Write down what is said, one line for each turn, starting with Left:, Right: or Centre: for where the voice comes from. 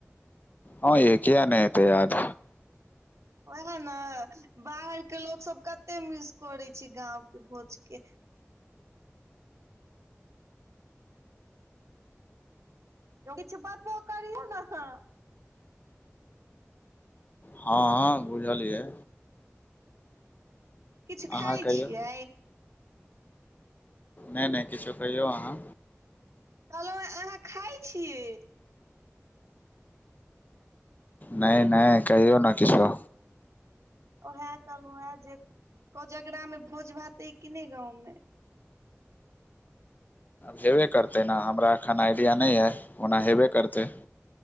Left: हँ ए किया ने एइते याद।
Right: ओहे न। बाहर के लोक सब कते मिस करै छै गाँंव के भोज के। किछु बतबो करियौ न ह।
Left: हँ -हँ बुझलियै।
Right: किछु खाइ
Left: अहाँ कहियौ
Right: छियेई?
Left: नै नै किछो। कहियौ अहाँ।
Right: कहलहु आहाँ खाइ छीऐ?
Left: नै नै। कहियो न किछौ।
Right: ओएह कहलहु हे जे। कोजगरा मे भोज भात ऐ कि ने गाँंव में?
Left: हेबे करतै न। हमरा एखन आइडिया नै यऽ ओना हेबे करतै।